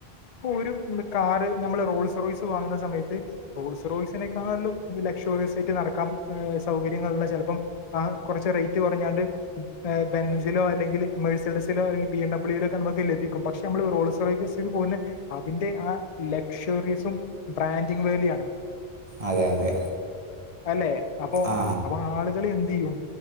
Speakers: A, on the left; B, on the right.
A: ഇപ്പൊ ഒരു കാറ് നമ്മൾ റോൾസ് റോയ്സ് വാങ്ങുന്ന സമയത്ത് റോസ് റോയ്സിനെക്കാൾലോം ലക്ഷോറിയസ് ആയിട്ട് നടക്കാം സൗകര്യങ്ങളുള്ള ചെലപ്പം ആ കുറച്ച് റേറ്റ് കൊറഞ്ഞാല് ആ ബെൻ അല്ലെങ്കില് മേഴ്സിഡിസിലോ അല്ലെങ്കി ബി എം ഡബ്ളീലൊക്കെ നമക്ക് ലഭിക്കും. പക്ഷേ നമ്മള് റോൾസ് റോയ്സ് പോകില് അതിന്റെ ആ ലക്ഷ്വറീസും ബ്രാൻഡിങ് വേല്ല്യൂവാണ്.
B: അതെ അതെ
A: അല്ലെ അപ്പൊ
B: ആ
A: അപ്പൊ ആളികളാ എന്തെയ്യും.